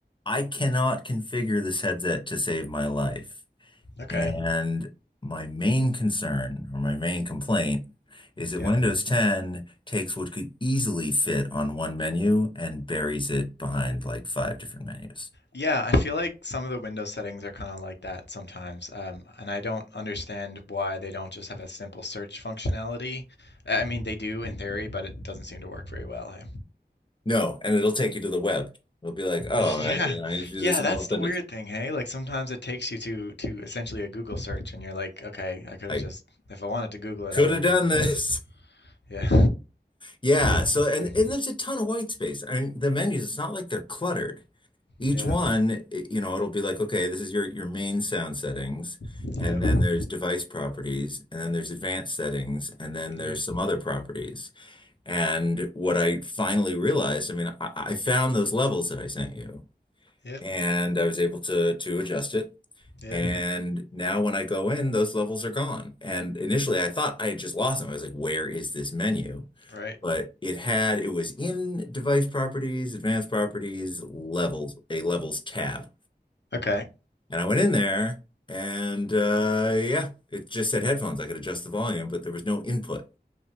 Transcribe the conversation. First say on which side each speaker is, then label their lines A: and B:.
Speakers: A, on the left (about 30°); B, on the left (about 85°).
A: I cannot configure this headset to save my life.
B: Okay.
A: And my main concern or my main complaint is that
B: Yep.
A: Windows 10 takes what could easily fit on one menu and buries it behind like five different menus.
B: Yeah, I feel like some of the Windows settings are kind of like that sometimes. Um, and I don't understand why they don't just have a simple search functionality. I mean, they do in theory, but it doesn't seem to work very well. eh?
A: No, and it'll take you to the web. It'll be like, oh,
B: <laughs> Yeah.
A: I, you know, I need to do
B: Yeah,
A: this, and
B: that's
A: all of a
B: the
A: sudden,
B: weird
A: it's,
B: thing, hey? Like sometimes it takes you to to essentially a Google search and you're like, okay, I could
A: I
B: have just if I wanted to Google it,
A: could
B: I would
A: have
B: have
A: done
B: Googled
A: this.
B: it.
A: <laughs>
B: Yeah.
A: Yeah.
B: <laughs> Absolutely.
A: So, and and there's a ton of white space. I mean, the menus. It's not like they're cluttered. each
B: Yeah.
A: one, i- you know, it'll be like, okay, this is your your main sound settings,
B: Yep.
A: and then there's device properties, and then there's advanced settings, and then there's
B: Right.
A: some other properties. And what I finally realized, I mean, I, I found those levels that I sent you,
B: Yep.
A: and I was able to to adjust it.
B: Yep.
A: And now when I go in, those levels are gone. And initially I thought I had just lost them. I was like, where is this menu?
B: Right.
A: but it had it was in device properties, advanced properties, levels, a levels tab.
B: Okay.
A: And I went in there and uh yeah, it just said headphones. I could adjust the volume, but there was no input.